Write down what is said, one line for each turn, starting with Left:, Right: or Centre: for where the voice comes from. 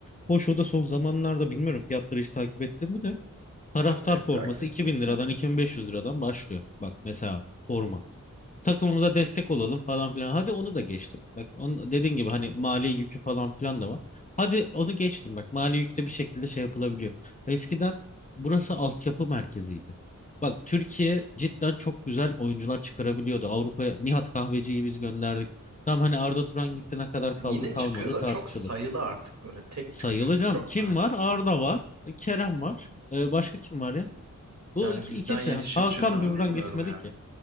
Left: Hoş o da son zamanlarda bilmiyorum fiyatları hiç takip ettin mi de. Taraftar
Right: Yok pek
Left: forması
Right: takip etmiyorum.
Left: 2000 liradan 2500 liradan başlıyor. Bak mesela forma takımımıza destek olalım falan filan. Hadi onu da geçtim. Bak onun dediğin gibi hani mali yükü falan filan da var. Hadi onu geçtim bak mali yükte bir şekilde şey yapılabiliyor. Eskiden burası altyapı merkeziydi. Bak Türkiye cidden çok güzel oyuncular çıkarabiliyordu. Avrupa'ya Nihat Kahveci'yi biz gönderdik. Tam hani Arda Turan gitti ne kadar kaldı
Right: Yani yine
Left: kalmadı
Right: çıkıyor da
Left: tartışılır.
Right: çok sayılı artık böyle tek
Left: Sayılacağım.
Right: tük. Çok
Left: Kim
Right: nadir.
Left: var? Arda var. Kerem var. Ee, başka kim var ya?
Right: Yani
Left: Bu iki,
Right: bizden
Left: ikisi.
Right: yetişip
Left: Hakan
Right: çıkan
Left: buradan
Right: bilmiyorum
Left: gitmedi
Right: ya.
Left: ki.